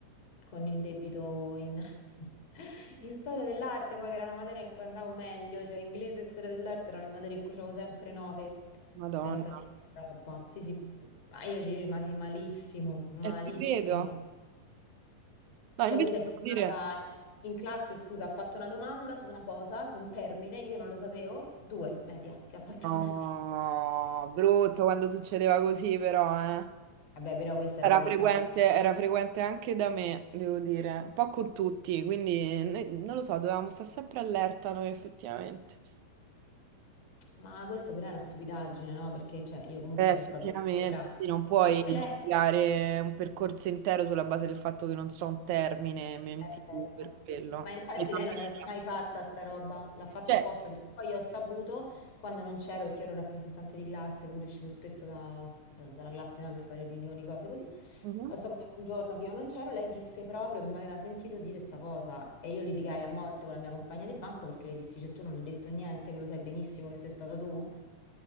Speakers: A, on the left; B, on the right.
A: con il debito in, <laughs> in storia dell'arte, poi che era la materia in cui andavo meglio, cioè inglese e storia dell'arte erano le materie in cui avevo sempre 9.
B: Madonna.
A: Pensate che roba. Sì, sì, ma io ci rimasi malissimo, malissimo.
B: E ti credo.
A: Cioè,
B: No, invece
A: questa è tornata
B: devo dire...
A: in classe, scusa, ha fatto una domanda su una cosa, su un termine, io non lo sapevo, due, media, che ha fatto
B: No,
A: <laughs> media.
B: brutto quando succedeva così però, eh.
A: Vabbè, però questa
B: Era
A: era proprio
B: frequente,
A: perché... mi-
B: era frequente anche da me, devo dire, un po' con tutti, quindi noi- non lo so, dovevamo stare sempre allerta noi effettivamente.
A: Ma questa però è una stupidaggine, no? Perché, cioè, io comunque
B: Eh, effettivamente,
A: ero stata sempre brava.
B: sì, non puoi
A: Ma poi
B: giudicare
A: lei...
B: un percorso intero sulla base del fatto che non so un termine, mi metti
A: Eh, certo.
B: tu per quello.
A: Ma infatti
B: Mi fa
A: lei
B: media.
A: non l'aveva mai fatta sta roba, l'ha fatta
B: Cioè,
A: apposta, perché poi io ho saputo quando non c'ero, perché ero rappresentante di classe, quindi uscivo spesso da- da- dalla classe no, per fare riunioni, cose così.
B: Mhm.
A: Ho saputo che un giorno che io non c'ero, lei disse proprio che mi aveva sentito dire sta cosa e io litigai a morte con la mia compagna di banco perché le dissi, cioè tu non hai detto niente, che lo sai benissimo che sei stata tu,